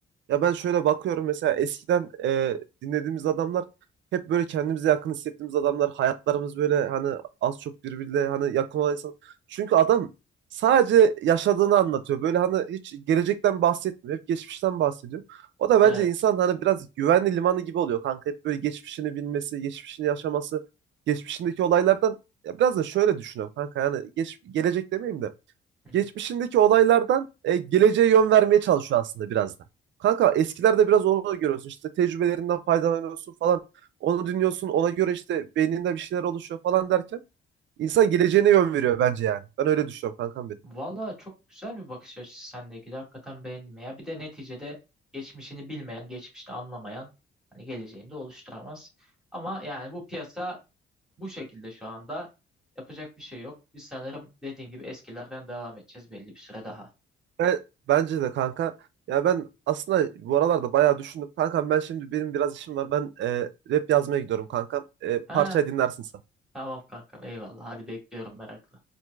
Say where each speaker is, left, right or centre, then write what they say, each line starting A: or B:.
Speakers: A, on the right (about 70°); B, in the centre.
A: Ya ben şöyle bakıyorum mesela eskiden e, dinlediğimiz adamlar hep böyle kendimize yakın hissettiğimiz adamlar. Hayatlarımız böyle hani az çok birbiriyle hani yakın olan insan. Çünkü adam sadece yaşadığını anlatıyor. Böyle hani hiç gelecekten bahsetmiyor. Hep geçmişten bahsediyor. O da bence
B: evet.
A: insan hani biraz güvenli limanı gibi oluyor kanka. Hep böyle geçmişini bilmesi, geçmişini yaşaması, geçmişindeki olaylardan ya biraz da şöyle düşünüyorum kanka. Yani geç, gelecek demeyeyim de
B: <laughs>
A: geçmişindeki olaylardan e, geleceğe yön vermeye çalışıyor aslında biraz da. Kanka eskilerde biraz onu görüyorsun. İşte tecrübelerinden faydalanıyorsun falan. Onu dinliyorsun. Ona göre işte beyninde bir şeyler oluşuyor falan derken insan geleceğine yön veriyor bence yani. Ben öyle düşünüyorum kankam benim.
B: Valla çok güzel bir bakış açısı sendeki de hakikaten beğendim ya. Bir de neticede geçmişini bilmeyen, geçmişte anlamayan hani geleceğini de oluşturamaz. Ama yani bu piyasa bu şekilde şu anda yapacak bir şey yok. Biz sanırım dediğin gibi eskilerden devam edeceğiz belli bir süre daha.
A: Ben- bence de kanka. Ya ben aslında bu aralarda bayağı düşündüm. Kankam ben şimdi benim biraz işim var. Ben e, rap yazmaya gidiyorum kankam. E, parçayı
B: Ha,
A: dinlersin sen.
B: tamam kankam eyvallah hadi bekliyorum merakla.